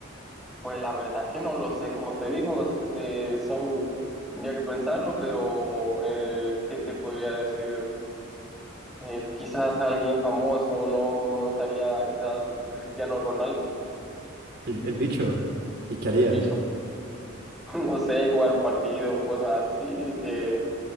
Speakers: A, in the centre; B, on the right (about 55°).
A: pues la verdad que no lo sé. Como te digo, es- es, eh, son, tendría que pensarlo, pero eh, ¿qué te podría decir? Eh, quizás alguien famoso, no me gustaría quizás Cristiano Ronaldo,
B: El, el bicho. ¿Y qué harías?
A: el bicho. <laughs> No sé, jugar un partido, cosas así, de